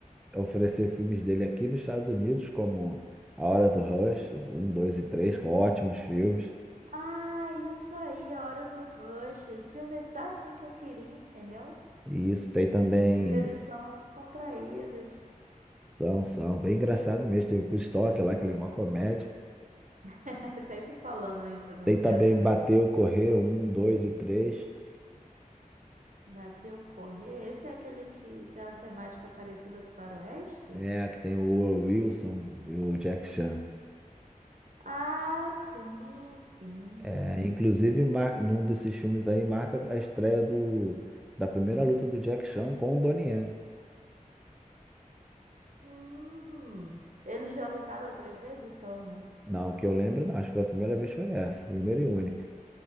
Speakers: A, in the centre; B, on the right.
A: oferecer filmes dele aqui nos Estados Unidos, como A Hora do Rush, um 2 e 3 ótimos filmes.
B: Ah, isso aí, a hora do Rush. Filme está assim que eu queria, entendeu?
A: E isso tem também,
B: Porque eles são descontraídos.
A: então, são bem engraçado mesmo. Tem o Chris Tucker lá, que ele é uma comédia.
B: <laughs> Sempre falando aí, fazendo
A: Tem
B: piada
A: também
B: de
A: Bateu,
B: negro.
A: Correr, um 2 e 3
B: Bateu correr. Esse é aquele que tem uma temática parecida com Faroeste?
A: É, que tem o Wilson e o Jack Chan.
B: Ah, sim, sim.
A: É, inclusive, mar... num desses filmes aí marca a estreia do... da primeira luta do Jack Chan com o Donnie Yen.
B: Hum, eles já lutaram outras vezes, então, né?
A: Não, que eu lembro, não. Acho que foi a primeira vez foi essa, primeira e única.